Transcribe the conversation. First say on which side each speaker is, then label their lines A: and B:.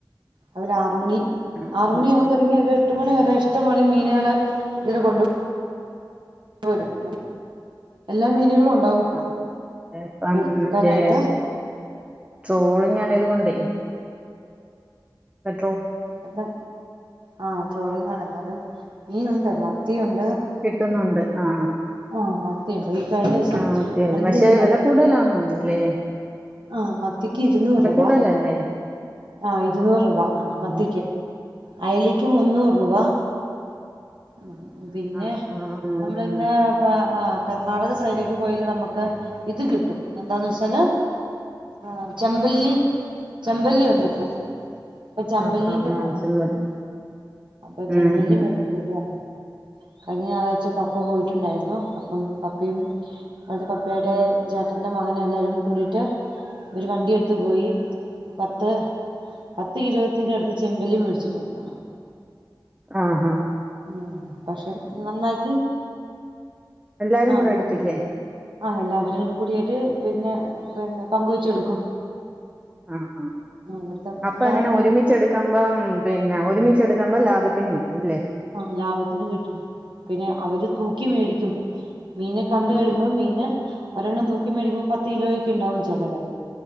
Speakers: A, on the right; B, on the right.
A: അത് രാ ആറ മണി
B: ആഹ്
A: ആറ മണിയ ആകുമ്പോൾ <unintelligible> ആറുമണി
B: ആഹ്
A: ആവുമ്പൊതുടങ്ങി ഒരു എട്ട് മണി വരെ ഇഷ്ടം പോലെ മീനുകളെ ഇതില് കൊണ്ടുപോകും <inaudible> എല്ലാ മീനുകളും ഉണ്ട്
B: ആ അപ്പ
A: വിൽക്കാനായിട്ട്
B: മറ്റേ ട്രോളിംഗ് ആയതുകൊണ്ടേ മം
A: എല്ലാം ആഹ ട്രോളിങ്ങ ആണ് എന്നാലും മീൻ ഉണ്ട് മത്തിയ ഉണ്ട്
B: കിട്ടുന്നുണ്ട് ആ
A: ആ മത്തിയുണ്ട് ഈ കഴിഞ്ഞ ദിവസം
B: ആ <inaudible> ആഹ മത്തിയല്ലെ
A: നല്ലൊരു
B: പശെ
A: മ
B: വെല കൂടുതലാന് തോന്നല്ലേ
A: ആ മത്തിക്ക് ഇരുന്നൂറൂപ
B: കൂടുതലല്ലേ
A: ആഹ ഇരുന്നൂറ് രൂപ
B: ആഹ്
A: മത്തിക്ക് അയലക്ക് മുന്നൂറ്
B: ആഹ്
A: രൂപ ഉം പിന്നെ
B: ആഹ് ആഹ് ആഹ്
A: നമ്മള ഇങ്ങനെ
B: ആഹ്
A: <unintelligible> കർണാടക സൈഡിലേക്ക് പോയല് നമ്മക്ക് ഇത് കിട്ടും എന്താന്ന് വെച്ചാല് ആ ചെമ്പല്ലി ചെമ്പല്ലി ഉണ്ടിപ്പ ഇപ്പൊ ചമ്പല്ലിന്റെ
B: ആഹ് ആഹ് ആഹ് ആഹ്
A: സമയം <inaudible> അപ്പൊ ചമ്പല്ലി
B: ഉം ഉം
A: <unintelligible>
B: ഉം ഉം
A: കഴിഞ്ഞ ഞായറാഴ്ച പപ്പ പോയിട്ടുണ്ടായിരുന്നു അപ്പം പപ്പയും അവിടുത്തെ പപ്പേടെ <unintelligible> ചേട്ടന്റെ മകനുംഎല്ലാരും കൂടിട്ട് ഒരു വണ്ടി എടുത് പോയി പത്ത് പത്ത് കിലോത്തിന്റെ അടുത്ത് ചെമ്പലും മേടിച്ചിട്ട് വന്ന
B: ആഹ
A: ഉ പക്ഷെ നന്നാക്കി
B: എല്ലാരും
A: ആഹ്
B: കൂടെ എടുത്തില്ലേ
A: ആ എല്ലാവരും കൂടി കൂടിയിട്ട് പിന്നെ പിന്നെ പങ്കുവെച്ചെടുക്കും
B: ആണ ആഹ ആ
A: ഇവിടുത്തെ
B: അപ്പൊ
A: ഇവിടെ
B: എങ്ങനെ
A: ആ
B: ഒരുമിച്ചെടുക്കുമ്പോ പിന്നെ <unintelligible> <unintelligible> ലാഭത്തിന് കിട്ടൂല്ലേ
A: <unintelligible> ലാഭത്തിനും കിട്ടും പിന്നെ അവര് തൂക്കി മേടിക്കും മീന കണ്ട
B: ആഹാ.
A: കഴിയുമ്പോ മീന് ഒരെണ്ണം തൂക്കി മേടിക്കുമ്പോ പത്ത് കിലോക്ക ഉണ്ടാവും ചിലത്